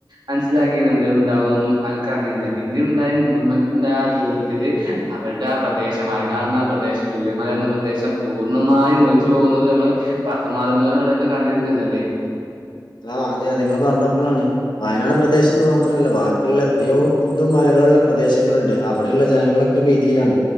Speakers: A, on the right (about 85°); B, on the left (about 80°).
A: മനസ്സിലാക്കിുന്നുണ്ട് ഇ ഉണ്ടാവുന്നൊന്നും ആൾക്ക അറിിയുന്നില്ല പിന്നെ ഉണ്ടായ മൂ മ ണ്ടായ ദുരന്തത്തില് അവരുടെ ആ പ്രദേശം വയനാട് എന്ന പ്രദേശം ചൂയമല എന്ന പ്രദേശം പൂർണ്ണമാ മായ ഒലിച്ചു പോകുന്നത് നമ്മൾ പത്രമാധ്യമങ്ങളിലൂടെയൊക്കെ കണ്ടിരുന്നല്ല അല്ലേ
B: <inaudible> ആ അതെ അത നിങ്ങൾ പറഞ്ഞപ്പോൾാണ് വയനാട് പ്രദേശം എന്ന് മാത്രല്ല ബാക്കിയുള്ള എത്രയോ കന്നും മലയും കുന്നുകളുള്ള പ്രദേശങ്ങളുണ്ട് അവിടെയുള്ള ജനങ്ങളൊക്കെ ഭീതിയിലാണ്